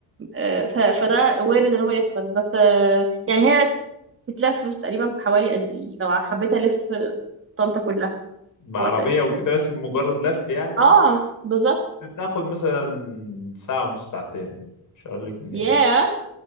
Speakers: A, on the right; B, on the left.
A: آه، ف- فده وارد ان هو يحصل بس آه، يعني هي بتلف تقريبا في حوالي قد ايه لو حبيت الف طنطا كلها
B: بعربية
A: وقت قد
B: وكده
A: ايه
B: بس مجرد لف يعني
A: اه بالظبط
B: بتاخد مثلا ساعة ونص ساعتين مش هقول لك
A: ياه